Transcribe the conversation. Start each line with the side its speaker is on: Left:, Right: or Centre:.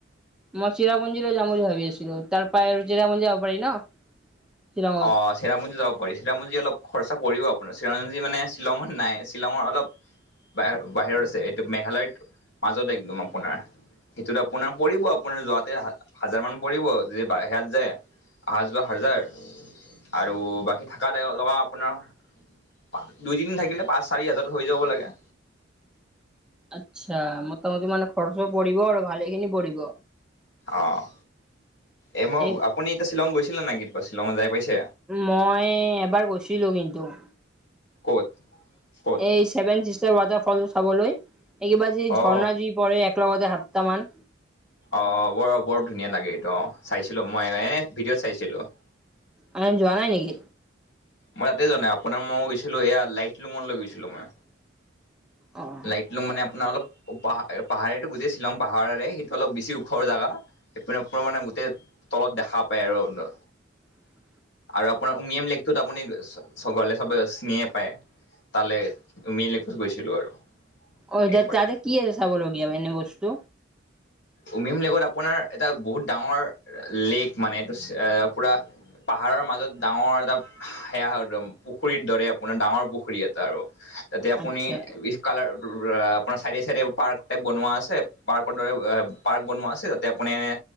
Centre: মই চেৰাপুঞ্জীলৈ যাম বুলি ভাৱি আছিলোঁ, তাৰ পৰাই আৰু চেৰাপুঞ্জী যাব পাৰি ন? শ্বিলঙত।
Left: অঁ চে- চেৰাপুঞ্জী যাব পাৰি, চেৰাপুঞ্জী অলপ খৰচা পৰিব আপোনাৰ, চেৰাপুঞ্জী মানে শ্বিলঙত নাই, শ্বিলঙৰ অলপ- বাহ-বাহিৰত আছে, এইটো মেঘালয়ত মাজতে একদম আপোনাৰ। সেইটোত আপোনাৰ পৰিব, আপোনাৰ যোৱাতে হাজ-হাজাৰ মান পৰিব, যে বাই হাত যে- অহা-যোৱা হাজাৰ- আৰু বাকী থাকাত লগা আপোনাৰ- পা-দুইদিন থাকিলে পাঁচ, চাৰি হাজাৰত হৈ যাব লাগে।
Centre: আচ্ছা, মোটামুটি মানে খৰছো পৰিব আৰু ভালেখিনি পৰিব?
Left: অঁ এই মই
Centre: এ
Left: আপুনি এতিয়া শ্বিলং গৈছিলে নাই, শ্বিলঙত যায় পাইছে?
Centre: মই এবাৰ গৈছিলোঁ কিন্তু।
Left: ক'ত? ক'ত
Centre: এই ছেভেন চিষ্টাৰ ৱাটাৰফলটো চাবলৈ- এই কিবা যে
Left: অ
Centre: ঝৰ্ণা যে পৰে একে লগতে সাতটা মান।
Left: অঁ বৰ বৰ ধুনীয়া লাগে এইটো অঁ চাইছিলোঁ মই, এ ভিডিঅ'ত চাইছিলোঁ।
Centre: মানে যোৱা নাই নেকি?
Left: মই তাতে যোৱা নাই, আপোনাৰ মই গৈছিলোঁ, এইয়া লাইটলুমলৈ গৈছিলোঁ মই,
Centre: অ'।
Left: লাইট- লুম মানে আপোনাৰ অলপ পাহাৰ এ পাহাৰেতো গোটেই শ্বিলং পাহাৰৰে, সেইটো অলপ বেছি ওখৰ জাগা- আপোনাৰ আপোনাৰ মানে গোটেই তলত দেখা পায় ৰুমতো।
Centre: <unintelligible>
Left: আৰু আপোনাৰ উমিয়ম লিক- কটোত আপুনি গ'লে চব চিনিয়ে পায়। তালৈ উমিলি- গৈছিলোঁ আৰু।
Centre: অঁ' এতিয়া
Left: একবাৰ।
Centre: তাতে কি চাবলগীয়া এনে বস্তু?
Left: উমিয়াম লেকত আপোনাৰ এটা বহুত ডাঙৰ লেক মানে এইটো এ পুৰা- পাহাৰৰ মাজত ডাঙৰ এটা সেয়া একদম পুখুৰীৰ দৰে আপোনাৰ ডাঙৰ পুখুৰী এটা আৰু। তাতে আপুনি
Centre: আচ্ছা
Left: উত- কালাৰ চাইডে চাইডে পাৰ্ক টাইপ বনোৱা আছে পাৰ্কৰ দৰে- পাৰ্ক বনোৱা আছে তাতে আপুনি এনে